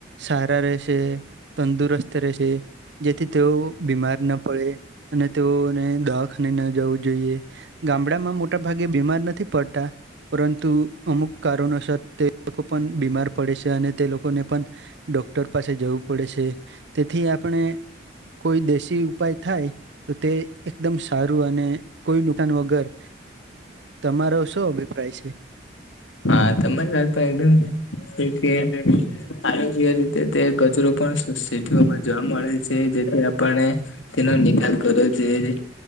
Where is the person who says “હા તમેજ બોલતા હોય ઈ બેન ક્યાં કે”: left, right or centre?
Left